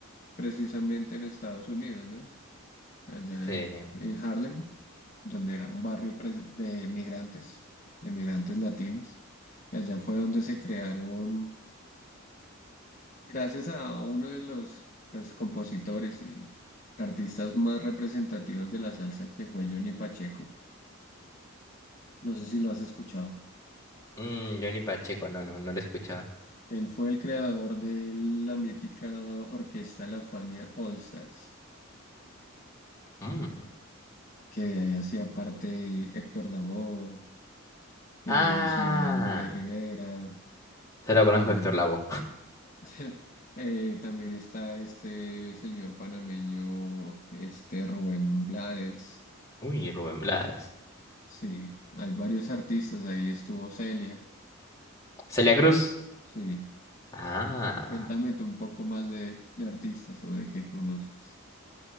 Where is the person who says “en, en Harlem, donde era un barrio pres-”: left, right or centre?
Left